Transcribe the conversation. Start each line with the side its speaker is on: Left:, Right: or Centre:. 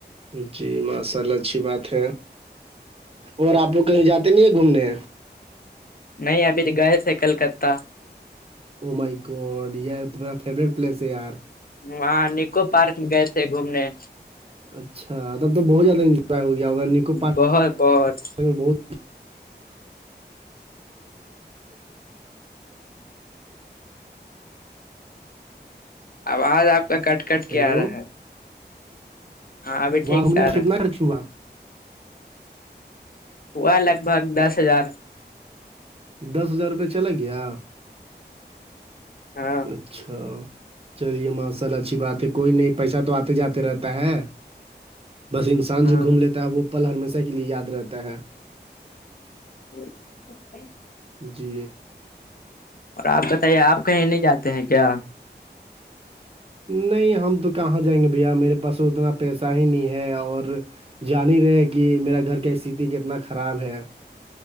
Right: جی ماشاء اللہ اچھی بات ہے اور آپ کو کہیں جاتے نہیں ہیں گھومنے
Left: نہیں ابھی تو گئے تھے کلکتہ
Right: امائی کوڈ یہ تمہیرا فیوریٹ پلیس ہے یار
Left: وہاں نکو پارک گئے تھے گھومنے
Right: اچھا تب تو بہت زیادہ انجوائے ہو گیا ہوگا نکو پارک
Left: بہت بہت
Right: بہت
Left: آواز آپ کا کٹ کٹ
Right: ہیلو
Left: کیا آ رہا ہے ہاں ابھی
Right: وہاں
Left: ٹھیک
Right: ہم
Left: سے
Right: نے
Left: آ رہا
Right: کتنا
Left: ہے
Right: خرچ ہوا
Left: ہوا لگ بھگ دس ہزار
Right: دس ہزار روپئے چلا گیا
Left: ہاں
Right: اچھا چلیے ماشال اچھی بات ہے کوئی نہیں پیسہ تو آتے جاتے رہتا ہے بس انسان
Left: ہاں
Right: جو گھوم لیتا ہے وہ پل ہمیشہ کے لیے یاد رہتا ہے
Left: <inaudible>
Right: جی
Left: اور آپ بتائیے آپ کہیں نہیں جاتے ہیں کیا
Right: نہیں ہم تو کہاں جائیں گے بھیا میرے پاس اتنا پیسہ ہی نہیں ہے اور جانی ہی رہے کہ میرا گھر کا استتی کتنا خراب ہے